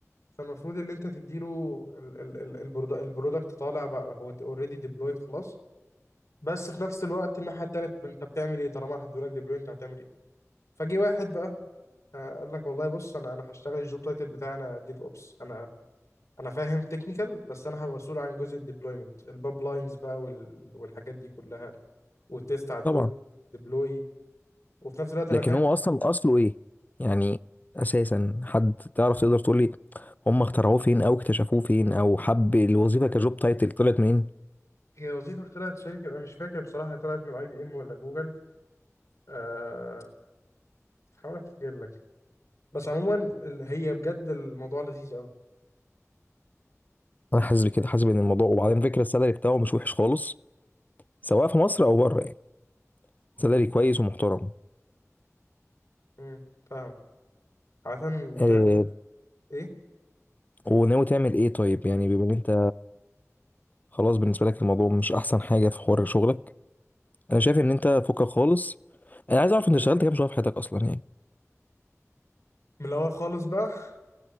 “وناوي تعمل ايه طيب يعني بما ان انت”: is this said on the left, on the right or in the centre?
Left